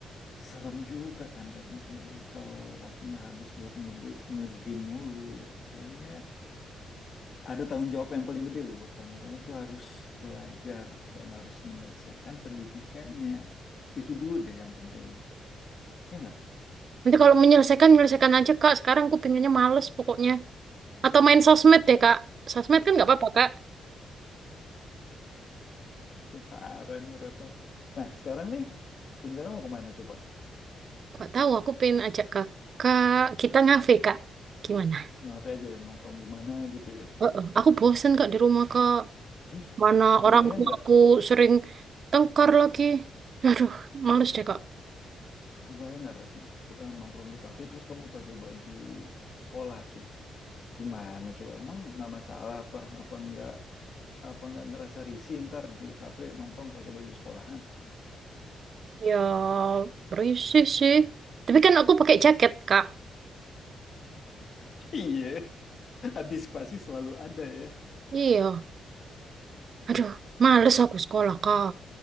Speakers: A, on the left; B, on the right.
A: serem juga kan Reno. Kayaknya kalau waktunya habis buat nge- nge-game mulu. Kayaknya ada tanggung jawab yang paling gede loh buat kamu. Kamu tuh harus belajar dan harus menyelesaikan pendidikannya. Itu dulu deh yang penting. Ya nggak?
B: Nanti kalau menyelesaikan, menyelesaikan aja, Kak. Sekarang aku pinginnya males pokoknya. Atau main sosmed deh, Kak. Sosmed kan nggak apa-apa, Kak.
A: Ini parah nih Retno. Nah, sekarang nih, rencana mau kemana coba?
B: Nggak tahu, aku pengen ajak kakak. Kita ngafe, Kak. Gimana?
A: Ngapain aja ya, nongkrong di mana gitu ya.
B: Oh, oh. Aku bosen, Kak, di rumah, Kak.
A: Terus,
B: Mana
A: kebayang
B: orang tua
A: nggak?
B: aku sering tengkar lagi. Aduh, males deh, Kak.
A: Kebayang nggak Retno? Kita nongkrong di kafe, terus kamu pakai baju sekolah tuh. Gimana coba? Emang nggak masalah apa? Apa nggak apa nggak ngerasa risih ntar di kafe nongkrong pakai baju sekolahan?
B: Ya, berisik sih. Tapi kan aku pakai jaket, Kak.
A: <laughs> Iya. Antisipasi selalu ada ya.
B: Iya. Aduh, males aku sekolah, Kak.